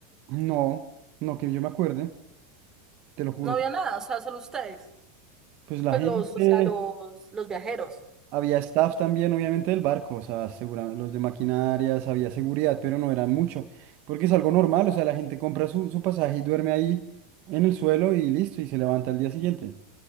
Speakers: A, on the right; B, on the right.
A: No, no que yo me acuerde, te lo juro.
B: No había
A: que-
B: nada, o sea, solo ustedes.
A: Pues la
B: Pues
A: gente...
B: los, o sea, los, los viajeros.
A: Había staff también, obviamente, del barco, o sea, segura- los de maquinarias, había seguridad, pero no era mucho, porque es algo normal, o sea, la gente compra su, su pasaje y duerme ahí en el suelo y listo, y se levanta al día siguiente.